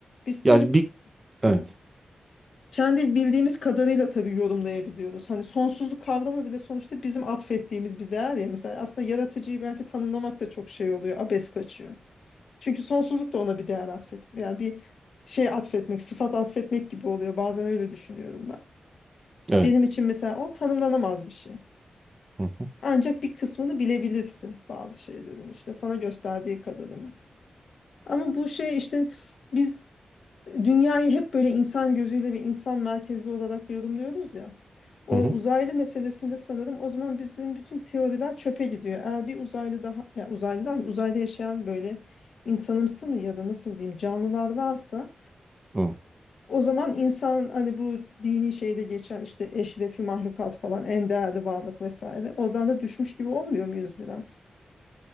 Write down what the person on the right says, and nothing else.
Yani bir evet.
Evet.
Hı hı.
Hı hı.
Hı.